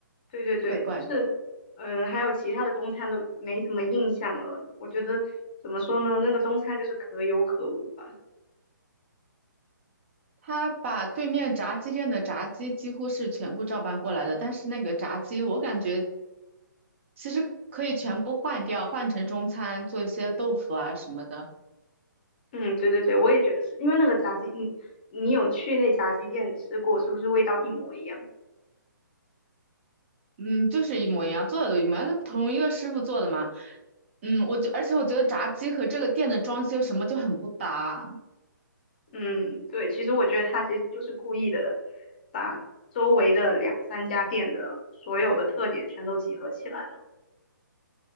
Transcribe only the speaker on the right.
怪怪的。
他把对面炸鸡店的炸鸡几乎是全部照搬过来的，但是那个炸鸡我感觉其实可以全部换掉，换成中餐，做一些豆腐啊什么的。
嗯，就是一模一样，做的都一模一样，那同一个师傅做的嘛。嗯，我觉而且我觉得炸鸡和这个店的装修什么就很不搭。